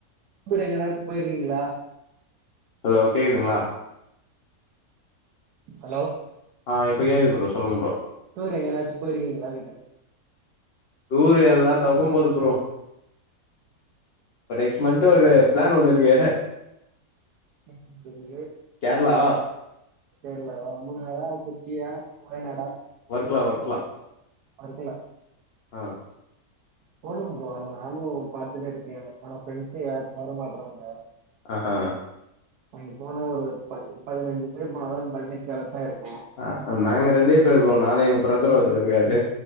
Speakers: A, on the right (about 80°); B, on the left (about 50°).
A: டூர் எங்கனாச்சு போயிருவீங்ளா
B: ஹலோ கேக்குதுங்ளா
A: ஹலோ
B: ஆ இப்ப கேக்குது ப்ரோ சொல்லுங்க ப்ரோ
A: டூர் எங்கனாச்சு போயிருக்கீங்ளான்னு கேட்ட
B: டூரு எல்லா தக்கும் போது ப்ரோ ப்ப நெக்ஸ்ட் மந்த் ஒரு ப்ளான் ஒண்ணு இருக்கு
A: என்ன ப்ரோ அது
B: கேர்ளா
A: கேர்ளா வா மூனாரா கொச்சியா வயநாடா
B: வர்க்லா வர்க்லா
A: வர்க்களா
B: ஆ
A: போணு ப்ரோ ஆனா நானு பாத்துட்டே இருக்கே ஆனா ஃப்ரெண்ட்ஸ்சே யாரும் வர மாட்றாங்க
B: அ ஆ
A: அங்க போனா ஒரு பதி பதினஞ்சு பேர் போனாதா பட்ஜெட் கரக்ட்டா இருக்கும்
B: ஆ நாங்க ரெண்டே பேரு ப்ரோ நானு எங்க ப்ரதர் ஒருத்தர் இருக்காரு